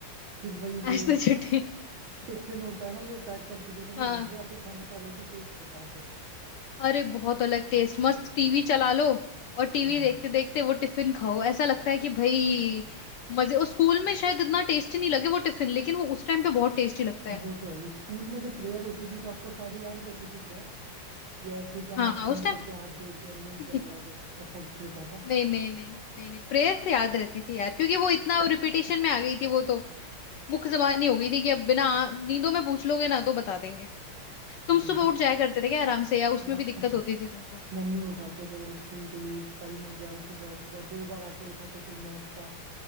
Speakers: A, on the right; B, on the left.
A: फिर वही
B: आज
A: जो
B: तो छुट्टी <laughs>
A: टिफिन
B: है।
A: होता है ना जो पैक करके दिया था
B: हाँ
A: वो घर पे आके खाने का अलग ही टेस्ट होता है फिर
B: अरे बहुत अलग टेस्ट मस्त टीवी चला लो और
A: हम्म
B: टीवी देखते देखते वो टिफिन खाओ ऐसा लगता है कि भाई मजे उस स्कूल में शायद इतना टेस्टी नहीं लगे वो टिफिन लेकिन वो उस टाइम पे बहुत टेस्टी लगता है
A: वो तो है ही स्कूल में जब प्रेयर होती थी तो आपको सारी याद रहती थी ये ऐसे कि आंख
B: हाँ उस
A: बंद
B: टाइम
A: करके हाथ जोड़ के और मुंह चल
B: <laughs>
A: रहा है बस ऐसा कुछ होता था
B: नहीं नहीं नहीं नहीं नहीं प्रेयर याद रहती थी यार क्योंकि वो इतना रिपीटेशन में आ गई थी वो तो मुख्य जबानी हो गई थी कि अब बिना नींदों में पूछ लोगे ना तो बता देंगे तुम
A: ये
B: सुबह
A: भी
B: उठ जाया करते थे क्या आराम से या उसमें
A: <laughs>
B: भी दिक्कत होती थी तुमको
A: मम्मी उठाते थे बोले स्कूल के लिए टाइम हो गया उठ जा उठ जा दो बार आके उठाते फिर मैं उठता